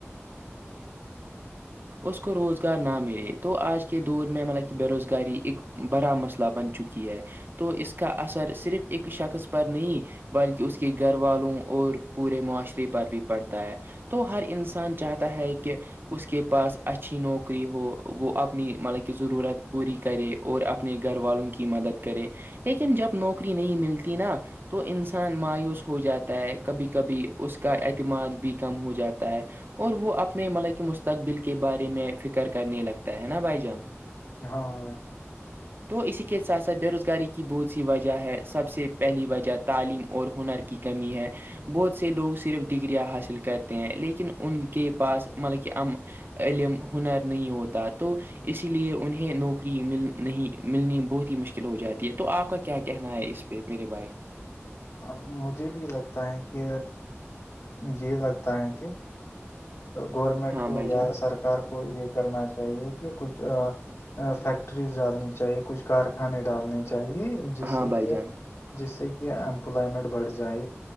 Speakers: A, on the right; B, on the left.
A: اس کو روزگار نہ ملے تو آج کے دور میں مطلب کہ بے روزگاری ایک بڑا مسئلہ بن چکی ہے تو اس کا اثر صرف ایک شخص پر نہیں بلکہ اس کے گھر والوں اور پورے معاشرے پر بھی پڑتا ہے تو ہر انسان چاہتا ہے کہ اس کے پاس اچھی نوکری ہو وہ اپنی مطلب کہ ضرورت پوری کرے اور اپنے گھر والوں کی مدد کرے لیکن جب نوکری نہیں ملتی نا تو انسان مایوس ہو جاتا ہے کبھی کبھی اس کا اعتماد بھی کم ہو جاتا ہے اور وہ اپنے مطلب کہ مستقبل کے بارے میں فکر کرنے لگتا ہے نا بھائی جان
B: ہاں بھائی،
A: تو اسی کے سھ سات اثر بےروزگاری کی بہت سی وجہ ہے سب سے پہلی وجہ تعلیم اور ہنر کی کمی ہے بہت سے لوگ صرف ڈگریاں حاصل کرتے ہیں لیکن ان کے پاس مطلب کہ ہم علم ہنر نہیں ہوتا تو اسی لیے انہیں نوکری مل نہیں ملنی بہت ہی مشکل کلو ہو جاتی ہے تو آپ کا کیا کہنا ہے اس پہ میرے بھائی
B: ا مجھے بھی لگتا ہے کہ یہ لگتا ہے کہ گورمنٹ
A: ہاں
B: کو
A: بھائی جان
B: یا سرک سار کو یہ کرنا چاہیے کہ کچھ فیکٹریز ڈالنی چاہیے کچھ کار کھانے ڈالنے چاہیے جیسے
A: ہاں بھائی
B: کہ
A: جان
B: جس سے کہ امپلائمنٹ بڑھ جائے